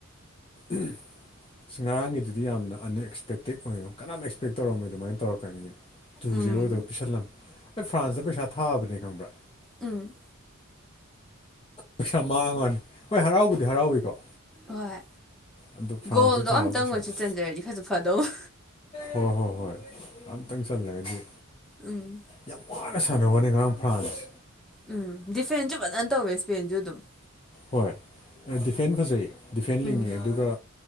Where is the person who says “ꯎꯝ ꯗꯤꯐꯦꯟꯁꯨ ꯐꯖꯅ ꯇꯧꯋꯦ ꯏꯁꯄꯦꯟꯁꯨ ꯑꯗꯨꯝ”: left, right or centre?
Centre